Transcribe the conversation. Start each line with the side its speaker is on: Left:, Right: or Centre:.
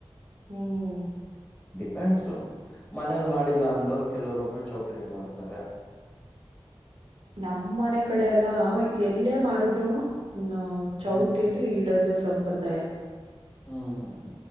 Right: ಹ್ಮ್
Left: ಗಂಡ್ಸು, ಮನೇಲಿ ಮಾಡಿಲ್ಲ ಅಂದವ್ರು ಕೆಲವ್ರೊಬ್ರು ಚೌಟ್ರಿಲ್ ಮಾಡ್. <unintelligible>
Right: ನಮ್ಮನೆ ಕಡೆ ಎಲ್ಲ, ಎಲ್ಲೇ ಮಾಡುದ್ರುನು ಹ ಚೌಟಿಲಿ
Left: ಹ್ಮ್
Right: ಇಡದೊಸ. ಸಂಪ್ರದಾಯ.
Left: ಹ್ಮ